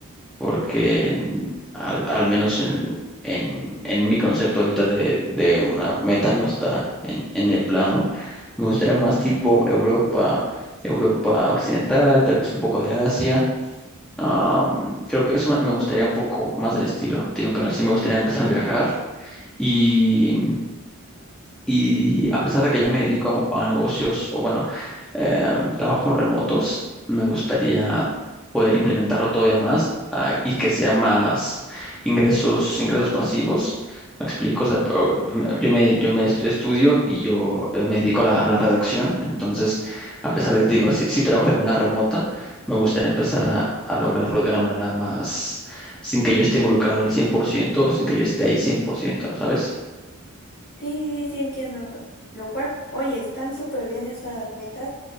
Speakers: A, in the centre; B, on the left.
A: porque en- al, al menos en, en, en mi concepto ahorita de, de una meta no está en, en el plano. Me gustaría más tipo Europa, Europa Occidental, tal vez un poco de Asia. Am, creo que eso me me gustaría un poco más del estilo, te digo, pero sí me gustaría empezar a viajar. Y y a pesar de que ya me dedico a negocios o bueno, eh, trabajos remotos, me gustaría poder implementarlo todavía más ah, y que sea más ingresos, ingresos pasivos. Me explico, o sea, o- m- yo me, yo me est- estudio y yo eh, me dedico a la, a la redacción. Entonces, a pesar de que digo, si, si trabajo de manera remota, me gustaría empezar a, a lograrlo de una manera más, sin que yo esté involucrado al cien por ciento sin que yo esté ahí cien por ciento ¿sabes?
B: Sí, sí, sí, entiendo. Lo cual, oye, están súper bien esas metas.